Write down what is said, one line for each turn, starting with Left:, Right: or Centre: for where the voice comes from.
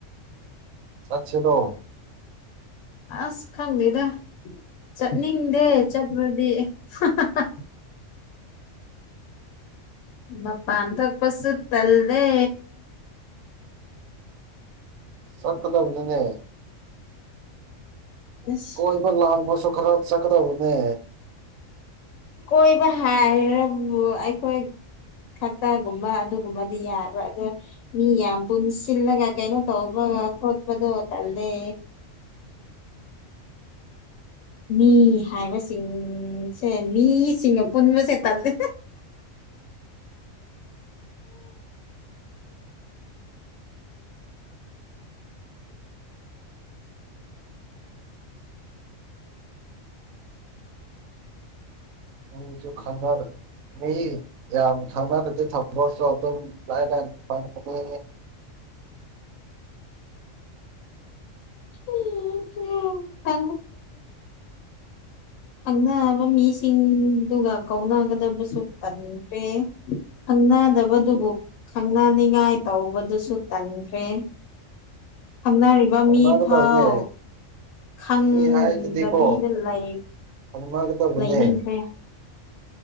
Right: ꯆꯁꯦꯗꯣ
Left: ꯑꯁ ꯈꯪꯗꯦꯗ ꯆꯠꯅꯤꯡꯗꯦ ꯆꯠꯄ ꯗꯤ ꯍꯥ ꯍꯥ ꯍꯥ ꯃꯥꯄꯥꯟ ꯊꯣꯄꯁꯨ ꯇꯜꯂꯦ
Right: ꯁꯀꯗꯕꯅꯤꯅꯦ
Left: ꯑꯁ
Right: ꯀꯣꯏꯕ ꯂꯥꯡꯕꯁꯨ ꯈꯔ ꯆꯠꯀꯗꯕꯅꯦ
Left: ꯀꯣꯏꯕ ꯍꯥꯏꯔ ꯑꯩꯈꯣꯏ ꯈꯛꯇꯒꯨꯝꯕ ꯑꯗꯨꯒꯨꯝꯕꯗꯤ ꯌꯥꯕ ꯑꯗꯣ ꯃꯤ ꯌꯥꯝ ꯄꯨꯟꯁꯤꯜꯂꯒ ꯀꯩꯅꯣ ꯇꯧꯕ ꯀꯣꯠꯄꯗꯣ ꯇꯂꯦ
Right: <inaudible>
Left: ꯃꯤ ꯍꯥꯏꯕꯁꯤꯡꯁꯦ ꯃꯤꯁꯤꯡꯒ ꯄꯨꯟꯕꯁꯦ ꯇꯟꯗꯦ
Right: <inaudible> ꯑꯩꯁꯨ ꯈꯪꯅ ꯃꯤ ꯈꯪꯅꯗꯤ ꯊꯝ ꯑꯗꯨꯝ ꯂꯥꯢꯔ ꯄꯗꯤ
Left: ꯑꯗꯨ ꯇꯦ ꯈꯪꯅꯕ ꯃꯤꯁꯤꯡꯗꯨꯒ ꯀꯧꯅꯒꯗꯕꯁꯨ ꯇꯟꯈ꯭ꯔꯦ ꯈꯪꯅꯗꯕꯗꯨꯕꯨ ꯈꯪꯅꯅꯤꯉꯥꯏ ꯇꯧꯕꯗꯨꯁꯨ ꯇꯟꯈ꯭ꯔꯦ ꯈꯪꯅꯔꯤꯕ
Right: ꯈꯪꯅꯒꯗꯕꯅꯦ
Left: ꯃꯤ ꯐꯥꯎ ꯈꯪꯗꯕꯤꯗ
Right: ꯃꯤ ꯍꯥꯏꯁꯤꯗꯤꯀꯣ
Left: ꯂꯩ
Right: ꯈꯪꯅꯒꯗꯕꯅꯦ
Left: ꯂꯩꯅꯤꯡꯈꯦ